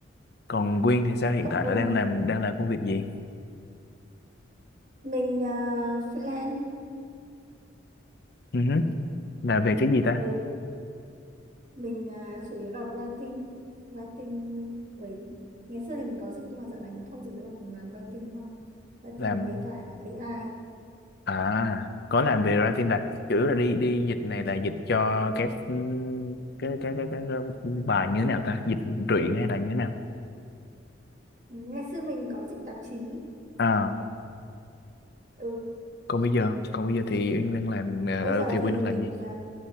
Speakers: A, on the left; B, on the right.
A: Còn Quyên thì sao? Hiện
B: Cậu,
A: tại
B: ờ,
A: là đang làm đang làm công việc gì?
B: mình ờ, freelance.
A: Ừ hứ, Là về cái gì ta?
B: Ừ, mình ờ, chủ yếu là writing. Writing với... Ngày xưa thì mình có dịch nhưng mà dạo này mình không dịch nữa. Mình làm writing thôi. Writing
A: Làm
B: với cả AI.
A: à có làm về writing là chủ yếu là đi đi dịch này là dịch cho các ừ, cái cái cái cái, bài như thế nào ta dịch truyện hay là như thế nào
B: Ừ, Ngày xưa mình có dịch tạp chí.
A: à
B: Ừ,
A: còn bây giờ còn bây giờ thì Uyên đang làm ờ,
B: bây giờ
A: thì Uyên
B: thì
A: đang
B: mình
A: làm gì
B: ờ,